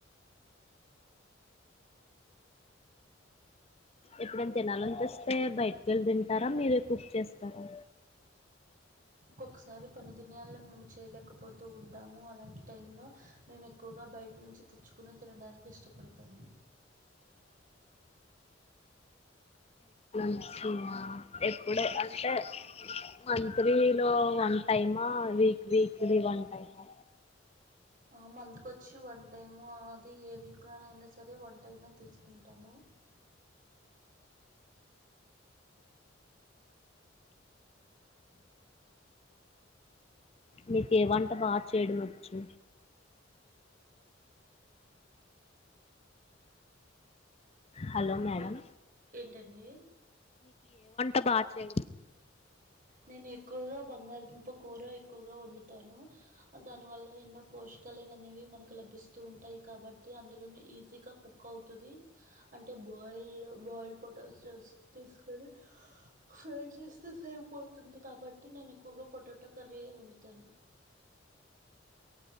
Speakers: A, on the left; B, on the right.
A: ఎప్పుడైనా తినల్ అనిపిస్తే బయటకి వెళ్ళి తింటారా మీరే కుక్ చేస్తారా?
B: ఒకఒకసారి పనిదినయాల్లో మేము చేయలేకపోతూ ఉంటాము, అలాంటి టైంలో మేం ఎక్కువగా బైట్ నుంచి తెచ్చుకుని తినడానికి ఇష్టపడతాము.
A: <unintelligible> ఇప్పుడే అంటే మంత్లీలో one time week weekly one టైమా
B: ఆ మంత్క్ వచ్చి వన్ టైము అది ఏ వీక్లోన అయినా సరే వన్ టైమే తీసుకుంటాము.
A: మిక్ ఏ వంట బాగా చేయడం వచ్చు? హలో మేడం
B: ఏ- ఏంటండి
A: అబ్బా చై
B: నేను ఎక్కువగా బంగాళదుంప కూర ఎక్కువగా వండుతాను, దానివల్ల ఎన్నో పోషకాలువనేవి మనకు లభిస్తూ ఉంటాయి కాబట్టి, అందులోనే ఈజీగా కుక్ అవుతుంది, అంటే బాయిల్ బాయిల్డ్ పొటాటోస్ తీసుకొని ఫ్రై చేస్తే సరిపో తూత్ కాబట్టి నేను ఎక్కువగా పొటాటో కర్రీ ఏ వండుతాను.